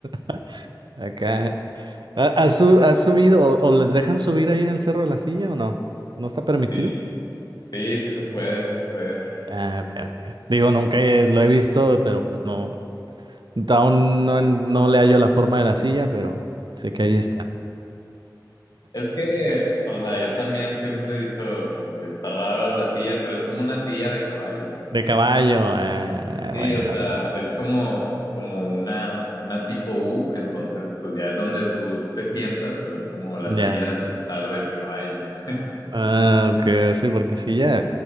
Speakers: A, on the right; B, on the left.
A: <laughs> Acá. ¿Ha- ¿Has, su- has subido o, o les dejan subir ahí en el Cerro de la Silla o no? ¿No está permitido?
B: Sí, sí, sí se puede, sí se puede.
A: Ah, ok, ok. Digo, nunca he- lo he visto, pero pues no. Aún no, no le hallo la forma de la silla, pero sé que ahí está.
B: Es que, o sea, yo también siempre he dicho como que está raro la silla, pero es como una silla de caballo,
A: De caballo, ah,
B: Sí,
A: bueno,
B: o sea, es como, como una, una tipo U, entonces pues ya es donde tú te sientas, pero es como la
A: ya.
B: silla de montar del caballo. <laughs>
A: Ah, ok, sí, porque sí, ya.